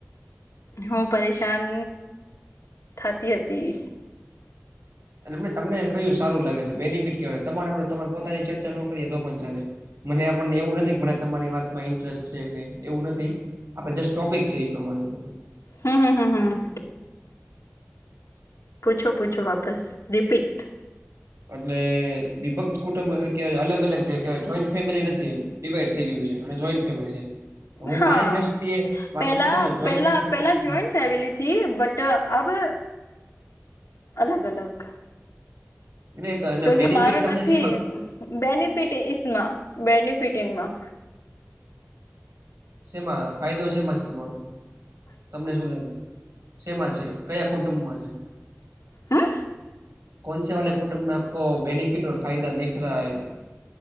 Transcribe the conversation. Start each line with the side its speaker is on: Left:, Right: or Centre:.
Left: હું પરેશાન થતી હતી
Right: એ તમને કયું સારું લાગે છે બેનિફિટ કવાય તમારે આપ તમારે પોતાની ચર્ચા નો કરીએ તો પણ ચાલે મને આપણને એવું નથી મને તમારી વાતમાં ઇન્ટરેસ્ટ છે કે એવું નથી આપડે જસ્ટ ટોપિક છે એ પ્રમાણેમ
Left: હમ હમ હમ હમ પૂછો પૂછો વાપસ રિપીટ
Right: એટલે વિભક્ત કુટુંબ કેવાય અલગ અલગ જે કેવાય જોઈન્ટ ફેમિલી નથી એમ ડિવાઈડ થઈ ગયેલું છે અને જોઈન્ટ ફેમિ છે તો હું
Left: હા
Right: મારી દ્રષ્ટિએ વાતચીત
Left: પેલા
Right: કરું તો જોઈન્ટ
Left: પેલા
Right: ફેમિલી
Left: પેલા જોઈન્ટ
Right: હા
Left: ફેમિલી બટ આ અલગ અલગ
Right: એટલે તો એના
Left: જોકે
Right: બેનિફિટ
Left: મારો
Right: તમને
Left: નથી
Right: શેમાં
Left: બેનિફિટ સમાં બેનિફિટ નમાં
Right: સેમાં ફાયદો સેમાં છે તમારો તમને શું લાગે છે શેમાં છે કયા કુટુંબમાં છે
Left: હમ
Right: કોનસે વાલે કુટુંબમાં આપકો બેનિફિટ ફાયદા દેખ રા હૈ